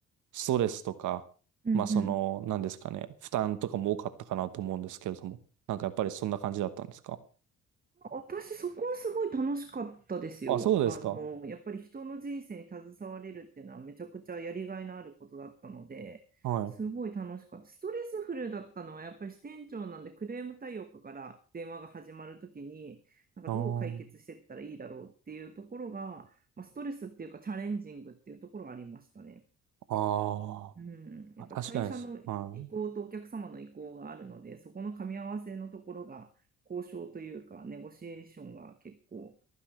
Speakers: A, on the right (about 80°); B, on the right (about 30°).
A: ストレスとか、
B: うんうん。
A: まあその、なんですかね、負担とかも多かったかなと思うんですけれども、なんかやっぱりそんな感じだったんですか
B: 私、そこはすごい楽しかったですよ。
A: あ、そうですか。
B: あの、やっぱり人の人生に携われるっていうのはめちゃくちゃやりがいのあることだったので、
A: はい。
B: すごい楽しかった。ストレスフルだったのはやっぱり支店長なんでクレーム対応課から電話が始まるときに、なんかどう解決していったらいいだろうっていうところが、
A: あー
B: まあ、ストレスっていうかチャレンジングっていうところがありましたね。
A: あー、
B: うん、やっぱ会社の意向とお客様の意向があるので、
A: あ確かにです。はい。
B: そこの噛み合わせのところが交渉というか、ネゴシエーションが結構